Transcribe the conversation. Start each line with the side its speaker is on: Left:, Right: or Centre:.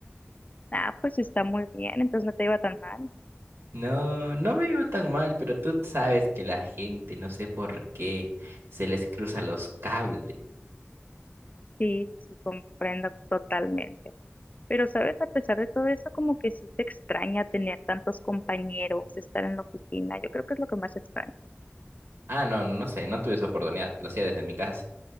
Left: Ah, pues está muy bien, entonces no te iba tan mal.
Right: No, no me iba tan mal, pero tú sabes que la gente, no sé por qué, se les cruza los cables.
Left: Sí, sí, comprendo totalmente. Pero, ¿sabes? A pesar de todo eso, como que sí te extraña tener tantos compañeros, estar en la oficina. Yo creo que es lo que más extraño.
Right: Ah, no, no sé, no tuve esa oportunidad, lo hacía desde mi casa.